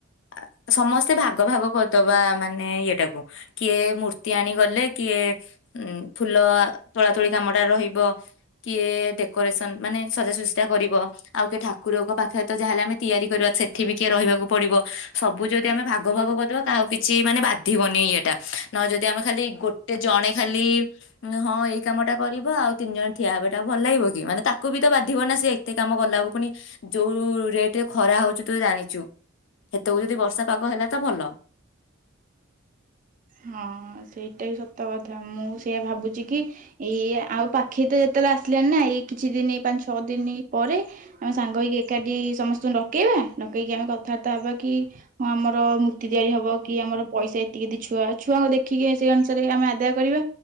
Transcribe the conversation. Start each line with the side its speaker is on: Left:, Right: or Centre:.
Left: ଆ ସମସ୍ତେ ଭାଗ ଭାଗ କରିଦବା ମାନେ ଇଏ ଟାକୁ କିଏ ମୂର୍ତ୍ତି ଆଣି ଗଲେ କିଏ ଉଁ ଫୁଲ ତୋଳା ତୋଳି କାମଟା ରହିବ। କିଏ ଡେକୋରେସନ୍ ମାନେସଜା ସୁଜି କରିବ। ଆଉ କେ ଠାଆଁ। କୁକୁରଙ୍କ ପାଖରେ ତ ଯାହା ହେଲେ ଆମେ ତିଆରି କରିବା। ସେଠି ବି କିଏ ରହିବାକୁ ପଡିବ ସବୁ ଯଦି ଆମେ ଭାଗ ଭାଗ କରିଦବା କାହାକୁ କି କିଛି ମାନେ ବାଧିବନି ଇଏଟା ନହେ ଯଦି ଆମେ ଖାଲି ଗୋଟେ ଜଣେ ଖାଲି ମାନେ ହଁ ଏଇ କାମ ଟା କରିଵ ଆଉ ତିନି ଜଣ ଠିଆ ହେବେ ଏଟା ଭଲ ଲାଗିବ କି ମାନେ ତାକୁ ବି ତ ବାଧିବ ନା ସେଏ ଏତେ କାମ କଲାକୁ ପୁଣି ଯୋଉ ରେଟରେ ଖରା ହଉଚୁ ତୁ ତ ଜାଣିଛୁ ସେତକୁ ଯଦି ବର୍ଷା ପାଗ ହେଲା ତ ଭଲ।
Right: ହଁ ସେଇଟା ବି ସତ କଥା ମୁଁ ସେଇଆ ଭାବୁଛି କି ଏଇ ଆଉ ପାଖେଇ ତ ଯେତେବେଳେ ଆସିଲାନି ନା ଏଇ କିଛି ଦିନି ପାଞ୍ଚ ଛଅ ଦିନ ପରେ ଆମେ ସାଙ୍ଗ ହେଇକି ଏକାଠି ସମସ୍ତେ ଡକେଇବା ଡକେଇକି ଆମେ କଥାବାର୍ତ୍ତା ହେବା କି। ହଁ ଆମର ମୂର୍ତ୍ତି ତିଆରି ହବ କି ଆମର ପଇସା ଏତିକି ଦେଇଛୁ। ଛୁଆ ଛୁଆଙ୍କୁ ଦେଖିକି ସେଇ ଅନୁସାରେ ଆମେ ଆଦାୟ କରିବା